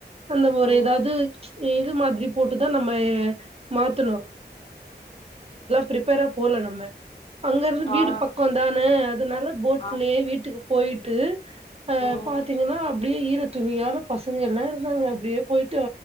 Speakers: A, on the right; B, on the left.
A: அந்த ஒரு
B: ம்
A: ஏதாவது இது மாதிரி போட்டுதா நம்ம மாத்தணு ப்ரிப்பேரா போல நம்ம அங்க இருந்து வீடு
B: ஆ
A: பக்கம் தானே அதனால போட்லயே
B: ஆ
A: வீட்டுக்கு போயிட்டு அ
B: ம்
A: பாத்தீங்கன்னா அப்டியே ஈர துணியோட பசங்க எல்லா இருந்தாங்க அப்டியே போயிட்டு